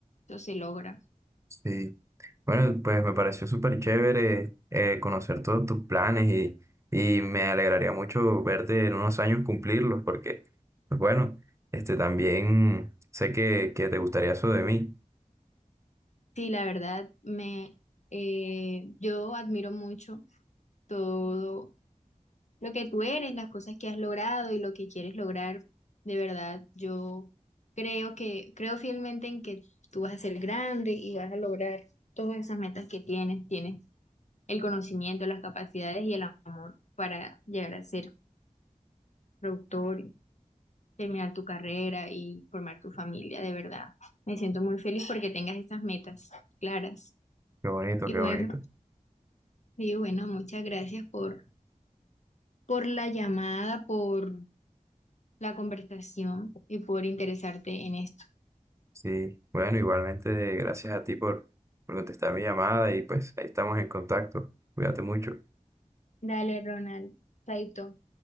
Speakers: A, on the left (about 60°); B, on the right (about 20°).
A: eso se logra.
B: Sí. Bueno, pues me pareció súper chévere eh, conocer todos tus planes y, y me alegraría mucho verte en unos años cumplirlos porque, pues bueno, este también sé que, que te gustaría eso de mí.
A: Sí, la verdad, me, eh, yo admiro mucho todo lo que tú eres, las cosas que has logrado y lo que quieres lograr. De verdad, yo creo que, creo fielmente en que tú vas a ser grande y vas a lograr todas esas metas que tienes. Tienes el conocimiento, las capacidades y el amor para llegar a ser productor, terminar tu carrera y formar tu familia. De verdad, me siento muy feliz porque tengas esas metas claras.
B: Qué bonito,
A: Y
B: qué
A: bueno.
B: bonito.
A: Sí, bueno, muchas gracias por, por la llamada, por la conversación y por interesarte en esto.
B: Sí, bueno, igualmente gracias a ti por, por contestar mi llamada y pues ahí estamos en contacto. Cuídate mucho.
A: Dale, Ronald. Chaito.